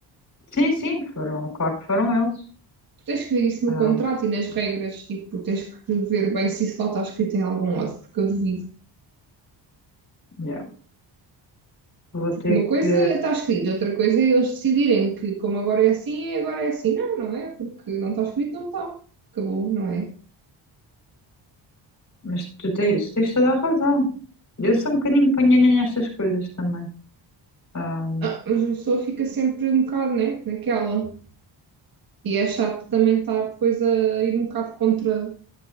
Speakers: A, on the left; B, on the right.
A: sim, sim, foram, claro que foram eles.
B: Tu tens que ver isso no
A: Ah,
B: contrato e nas regras, tipo, tens que ver bem se isso lá está escrito em algum lado, porque eu duvido.
A: yeah, Vou ter
B: Porque uma coisa
A: que,
B: é estar escrito, outra coisa é eles decidirem que como agora é assim, é agora é assim. Não, não é, porque não está escrito, não está. Acabou, não é?
A: mas tu tens, tens toda a razão. Eu sou um bocadinho panhanha nestas coisas também. Ah,
B: Ah, mas a pessoa fica sempre um bocado, né, naquela. E é chato também estar depois a ir um bocado contra,